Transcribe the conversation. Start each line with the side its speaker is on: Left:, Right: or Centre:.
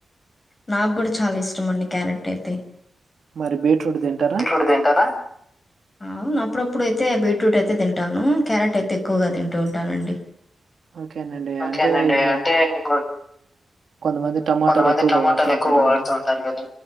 Left: నాగ్గుడ చాలా ఇష్టమండి క్యారెటైతే
Right: మరి బీట్రూట్ దింటారా
Left: రూడు దింటారా అవును అప్పుడప్పుడైతే బీట్రూట్ అయితే దింటాను క్యారెట్ అయితే ఎక్కువగా దింటూ ఉంటానండి
Right: ఓకేనండి.
Left: ఓకేనండి
Right: అంటే ఇప్పుడు
Left: అంటే ఇబ్బుడ్
Right: కొంతమంది టమాటాలు
Left: కొంతమంది
Right: ఎక్కువగా
Left: టమొటాలెక్కువగా
Right: వాడుతూ ఉంటారు గదండీ!
Left: వాడుతూ వుంటారు గదా